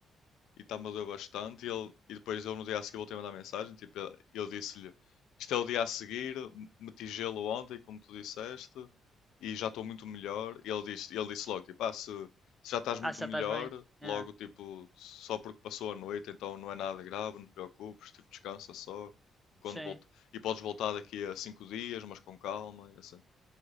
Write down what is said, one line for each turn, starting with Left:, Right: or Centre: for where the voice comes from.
Left: e está-me a doer bastante. E, ele, e depois eu no dia a seguir voltei a mandar mensagem, tipo, eu- eu disse-lhe, isto é o dia a seguir, m- meti gelo ontem, como tu disseste, e já estou muito melhor. E ele disse, ele disse logo, tipo, ah, se, se já estás muito
Centre: Ah, já
Left: melhor,
Centre: estás bem?
Left: logo,
Centre: Ah,
Left: tipo, só porque passou a noite, então não é nada grave, não te preocupes, tipo, descansa só. E, quando
Centre: sim.
Left: volta, e podes voltar daqui a cinco dias, mas com calma, e assim.